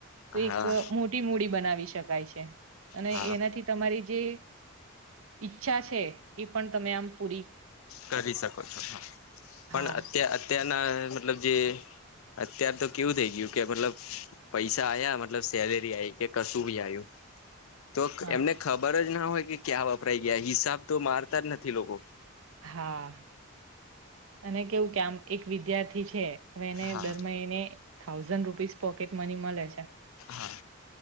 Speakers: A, on the right; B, on the left.
A: તો
B: હા
A: એક મોટી મૂડી બનાવી શકાય છે અને
B: હા
A: એનાથી તમારી જે. ઈચ્છા છે એ પણ તમે આમ પૂરી
B: કરી શકો છો હા.
A: હા.
B: પણ અત્ય અત્યારના મતલબ જે અત્યાર તો કેવું થઈ ગયું કે મતલબ પૈસા આયા મતલબ સેલેરી આવી કે કશું ભી આવ્યું તો
A: હા
B: એમને ખબર જ ના હોય કે ક્યાં વપરાય ગયા હિસાબ તો મારતા જ નથી લોકો
A: હા. અને કેવું કે આમ એક વિદ્યાર્થી છે હવે એને
B: હા
A: દર મહિને થાઉઝન્ડ રૂપીઝ પોકેટ મની મલે છે.
B: હા